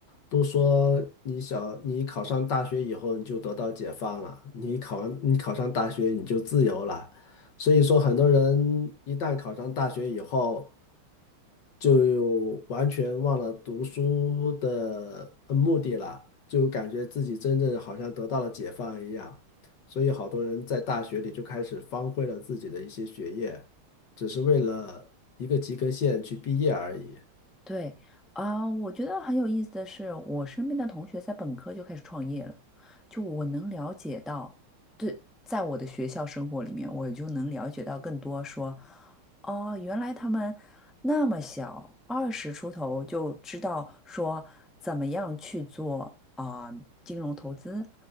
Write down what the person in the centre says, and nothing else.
对啊，我觉得很有意思的是，我身边的同学在本科就开始创业了，就我能了解到，对，在我的学校生活里面，我就能了解到更多说，哦，原来他们那么小，二十出头就知道说怎么样去做啊、金融投资